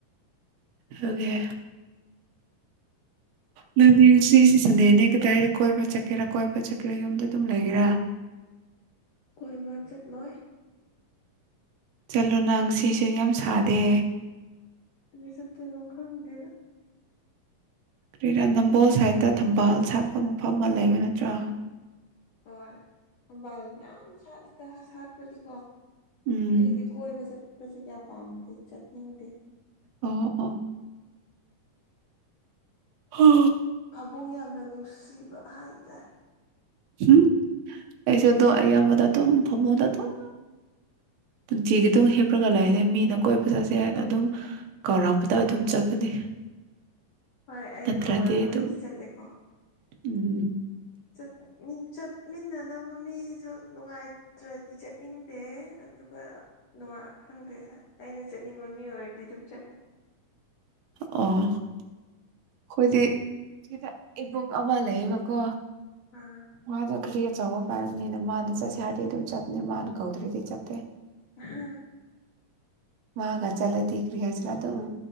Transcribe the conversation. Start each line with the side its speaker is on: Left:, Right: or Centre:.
Right: ꯑꯗꯨꯒꯤ ꯅꯪꯗꯤ ꯉꯁꯤꯁꯤ ꯁꯟꯗꯦꯅꯦ ꯀꯗꯥꯏꯗ ꯀꯣꯏꯕ ꯆꯠꯀꯦꯔꯥ ꯀꯣꯏꯕ ꯆꯠꯀꯦꯔꯥ ꯌꯨꯝꯗ ꯑꯗꯨꯝ ꯂꯩꯒꯦꯔꯥ
Left: ꯀꯣꯏꯕ ꯆꯠ ꯂꯣꯏ
Right: ꯆꯠꯂꯣ ꯅꯪ ꯁꯤꯁꯨ ꯌꯥꯝ ꯁꯥꯗꯦ
Left: ꯀꯗꯥꯏ ꯆꯠꯇꯣꯏꯅꯣ ꯈꯪꯗꯦꯗꯥ
Right: ꯀꯔꯤꯔꯥ ꯅꯝꯕꯣꯜ ꯁꯥꯏꯠꯇ ꯊꯝꯕꯥꯜ ꯁꯥꯠꯄ ꯃꯐꯝ ꯑꯃ ꯂꯩꯕ ꯅꯠꯇ꯭ꯔꯥ
Left: ꯍꯣꯏ ꯊꯝꯕꯥꯜ ꯌꯥꯝ ꯁꯥꯠꯂꯤꯗ ꯁꯥꯠꯄꯗꯤꯀꯣ
Right: ꯎꯝ
Left: ꯑꯩꯗꯤ ꯀꯣꯏꯕ ꯆꯠꯄꯁꯦ ꯀꯌꯥ ꯄꯥꯝꯗꯦ ꯆꯠꯅꯤꯡꯗꯦ
Right: ꯑꯣ ꯑꯣ ꯍꯣ
Left: ꯐꯃꯨꯡ ꯌꯥꯝꯅ ꯅꯨꯡꯁꯤꯕ ꯍꯥꯏꯇꯥꯔꯦ
Right: ꯎꯝ ꯑꯩꯁꯨ ꯑꯗꯨ ꯑꯌꯥꯝꯕꯗ ꯑꯗꯨꯝ ꯐꯃꯨꯡ ꯗꯥ ꯑꯗꯨꯝ ꯅꯨꯡꯇꯤꯒꯤ ꯑꯗꯨꯝ ꯍꯤꯞꯂꯒ ꯂꯩꯔꯦ ꯃꯤꯅ ꯀꯣꯏꯕ ꯆꯠꯁꯦ ꯍꯥꯏꯅ ꯑꯗꯨꯝ ꯀꯥꯎꯔꯛꯄꯗ ꯑꯗꯨꯝ ꯆꯠꯄꯅꯤ
Left: ꯍꯣꯏ ꯑꯩ
Right: ꯅꯥꯠꯇꯔꯗꯤ
Left: ꯀꯧꯔꯛꯑꯒꯕꯨꯗꯤ
Right: ꯑꯗꯨꯝ
Left: ꯆꯠꯂꯦꯀꯣ
Right: ꯎꯝ
Left: ꯆꯠ ꯅꯤꯡ ꯆꯠ ꯃꯤꯟꯅꯅꯕ ꯃꯤꯁꯨ ꯅꯨꯡꯉꯥꯏꯇ꯭ꯔꯗꯤ ꯆꯠꯅꯤꯡꯗꯦ ꯑꯗꯨꯒ ꯅꯨꯡꯉꯥ ꯈꯪꯗꯦ ꯑꯩꯅ ꯆꯠꯅꯤꯡꯕ ꯃꯤ ꯑꯣꯏꯔꯗꯤ ꯑꯗꯨꯝ ꯆꯠꯂꯦ
Right: ꯑꯣ ꯑꯣ ꯑꯩꯈꯣꯏꯗꯤ ꯁꯤꯗ ꯏꯕꯨꯡ ꯑꯃ ꯂꯩꯌꯦꯕꯀꯣ
Left: ꯑꯥ
Right: ꯝꯗꯣ ꯒꯔ꯭ꯤ ꯑꯆꯧꯕꯥꯝ ꯄꯥꯏꯕꯅꯤꯅ ꯃꯥꯅ ꯆꯠꯁꯦ ꯍꯥꯏꯔꯗꯤ ꯑꯗꯨꯝ ꯆꯠꯄꯅꯤ ꯃꯥꯅ ꯀꯧꯗ꯭ꯔꯗꯤ ꯆꯠꯇꯦ꯫
Left: ꯑꯍꯥ꯫
Right: ꯃꯥꯒ ꯆꯠꯂꯗꯤ ꯀꯔꯤ ꯍꯥꯏꯁꯤꯔ ꯑꯗꯨꯝ